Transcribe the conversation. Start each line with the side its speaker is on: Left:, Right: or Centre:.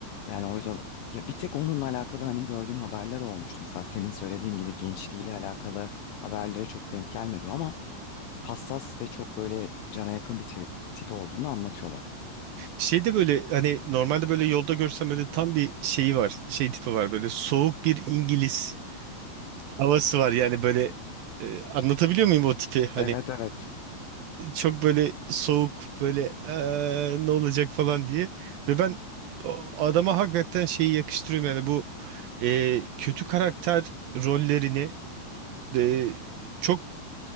Left: Yani o yüzden ya bir tek onunla alakalı hani gördüğüm haberler olmuştu. Mesela senin söylediğin gibi gençliğiyle alakalı haberlere çok denk gelmedim ama hassas ve çok böyle cana yakın bir ti- tip olduğunu anlatıyorlar.
Right: Şey de böyle hani normalde böyle yolda görsem böyle tam bir şeyi var. Şey tipi var böyle soğuk bir İngiliz havası var. Yani böyle e, anlatabiliyor muyum o tipi? hani
Left: Evet evet.
Right: çok böyle soğuk böyle "Eee, ne olacak falan diye ve ben o adama hakikaten şeyi yakıştırıyorum yani bu eee, kötü karakter rollerini eee, çok